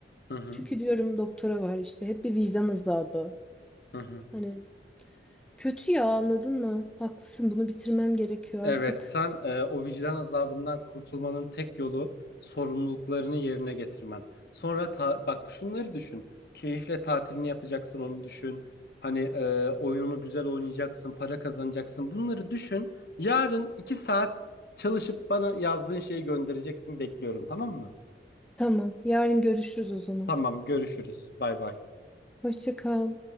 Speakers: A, on the left; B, in the centre.
A: hı
B: Çünkü diyorum doktora var işte hep bir vicdan azabı.
A: hı
B: Hani Kötü ya anladın mı? Haklısın bunu bitirmem gerekiyor
A: Evet,
B: artık.
A: sen e, o vicdan azabından kurtulmanın tek yolu sorumluluklarını yerine getirmen. Sonra ta- bak şunları düşün. Keyifle tatilini yapacaksın onu düşün. Hani e, oyununu güzel oynayacaksın, para kazanacaksın. Bunları düşün. Yarın iki saat çalışıp bana yazdığın şeyi göndereceksin. Bekliyorum, tamam mı?
B: Tamam yarın görüşürüz o zaman.
A: Tamam, görüşürüz. Bay bay.
B: Hoşça kal.